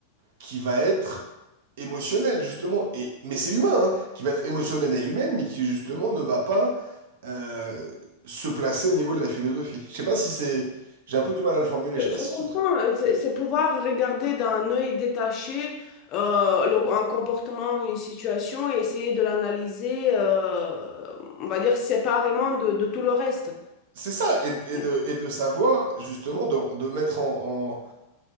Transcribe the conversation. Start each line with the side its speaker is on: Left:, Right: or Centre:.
Right: qui va être émotionnelle, justement. Et, mais c'est humain, hein, qui va être émotionnelle et humaine, mais qui, justement, ne va pas euh, se placer au niveau de la philosophie. Je sais pas si c'est... J'ai un peu du mal à le formuler,
Left: je,
Right: je sais pas
Left: je
Right: si
Left: comprends.
Right: tu... te-
Left: euh, C'est c'est pouvoir regarder d'un œil détaché euh, le- un comportement, une situation et essayer de l'analyser, euh, on va dire, séparément de de tout le reste.
Right: C'est ça, et, et
Left: Oui.
Right: de, et de savoir, justement, de, de mettre en... en-